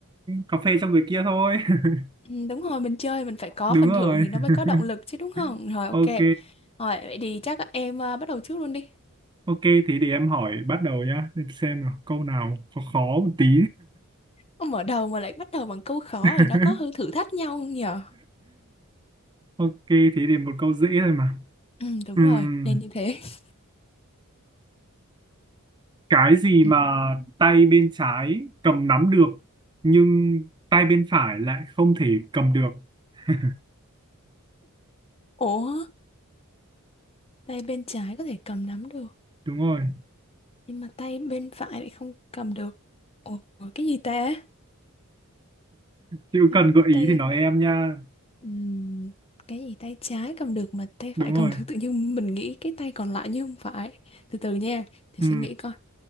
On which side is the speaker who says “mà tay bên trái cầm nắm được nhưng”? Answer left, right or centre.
Right